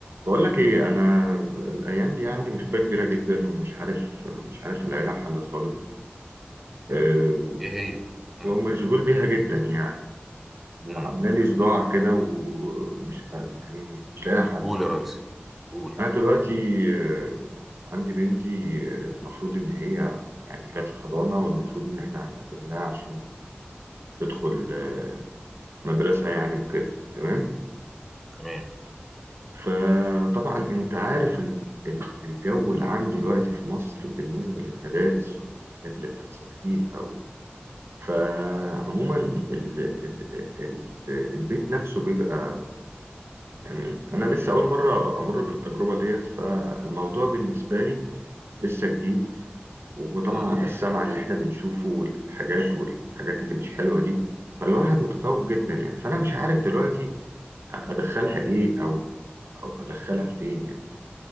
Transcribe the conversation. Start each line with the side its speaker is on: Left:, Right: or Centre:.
Right: بقول لك ايه انا الايام دي عندي مشكله كبيره جدا ومش عارف مش عارف الاقي لها حل خالص أه
Centre: ايه هي امم
Right: ومشغول بيها جدا يعني وعامله
Centre: امم
Right: لي صداع كده و- ومش يعني مش لاقي لها حل
Centre: قول يا ريس قول
Right: انا دلوقتي أه عندي بنتي آه، المفروض ان هي يعني كانت في حضانه والمفروض ان احنا هنقدم لها عشان تدخل آه، مدرسه يعني وكده تمام
Centre: تمام
Right: فطبعا انت عارف ال- ال- الجو العام دلوقتي في مصر بالنسبة للمدارس والحاجات اللي بتحصل فيها و... فعموما ال... ال... ال... البيت نفسه بيبقى يعني انا لسه اول مرة امر بالتجربة ديت فالموضوع بالنسبة لي لسه جديد وطبعا
Centre: امم
Right: على السمع اللي احنا بنشوفه والحاجات والحاجات اللي مش حلوة دي فالواحد متخوف جدا يعني فانا مش عارف دلوقتي ادخلها ايه او او ادخلها فين يعني